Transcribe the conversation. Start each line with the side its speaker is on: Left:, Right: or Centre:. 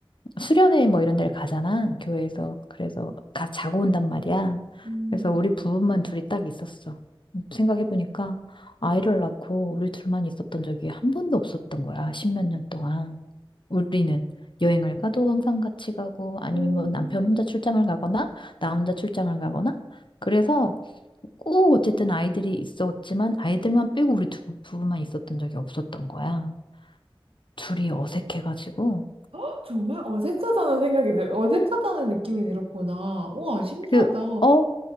Left: 수련회 뭐 이런 데를 가잖아, 교회에서. 그래서 가 자고 온단 말이야.
Right: 음,
Left: 그래서 우리 부부만 둘이 딱 있었어. 생각해보니까 아이를 낳고 우리 둘만 있었던 적이 한 번도 없었던 거야, 십몇
Right: 음,
Left: 년 동안. 우리는 여행을 가도 항상 같이 가고 아니면
Right: 음,
Left: 뭐 남편 혼자 출장을 가거나 나 혼자 출장을 가거나 그래서 꼭 어쨌든 아이들이 있었지만 아이들만 빼고 우리 두 부부만 있었던 적이 없었던 거야. 둘이 어색해가지고.
Right: 헉, 정말 어색하다는 생각이 들, 어색하다는 느낌이 들었구나. 우와, 신기하다.
Left: 그, 어?